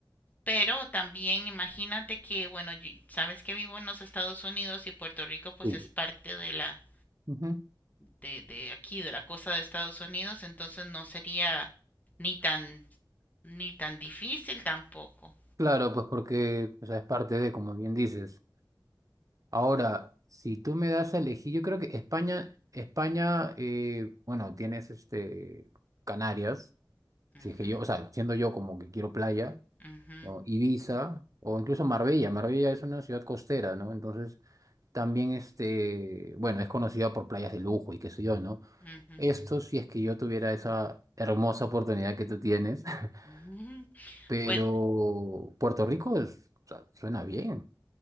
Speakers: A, on the left; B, on the right.
A: Pero también imagínate que, bueno, yo- sabes que vivo en los Estados Unidos y Puerto Rico pues
B: Sí.
A: es parte de la,
B: Ujú.
A: de, de aquí, de la cosa de Estados Unidos, entonces no sería ni tan, ni tan difícil tampoco.
B: Claro, pues porque o sea, es parte de, como bien dices. Ahora, si tú me das a elegir, yo creo que España, España, eh, bueno, tienes este... Canarias.
A: Ujú,
B: Si es que yo, o sea, siendo yo como que quiero playa,
A: ujú,
B: ¿no? Ibiza o incluso Marbella. Marbella es una ciudad costera, ¿no? Entonces, también este, bueno, es conocida por playas de lujo y qué sé yo, ¿no?
A: ujú,
B: Esto si es que yo tuviera esa hermosa oportunidad que tú tienes, <laughs>
A: ujú.
B: pero
A: Pues
B: Puerto Rico es- o sea, suena bien.